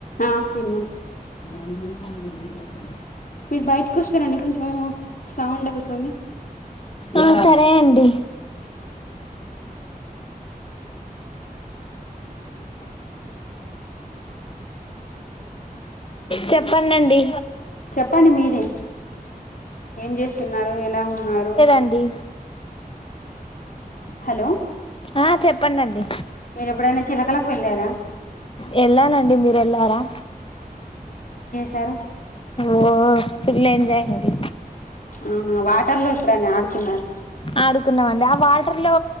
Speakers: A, on the left; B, on the left.
A: హ తిన్నా
B: మనకు మన పిల్లలు
A: మీరు బయటకి వస్తారండి కొంచెం సౌండ్ అవుతుంది
B: ఆ సరే అండి చెప్పనండి
A: చెప్పండి మీరే ఏం చేస్తున్నారు ఎలా ఉన్నారు
B: అండి
A: హలో
B: ఆ చెప్పండండి.
A: మీరు ఎప్పుడైనా చిలకలకు వెళ్ళారా
B: వెళ్ళానండి. మీరు వెళ్ళారా
A: సారు
B: ఓ పూల్ ఎంజాయండి.
A: అవునా వాటర్ లో ఎప్పుడైనా ఆడుకున్నారా
B: ఆడుకున్నామండి. ఆ వాటర్ లో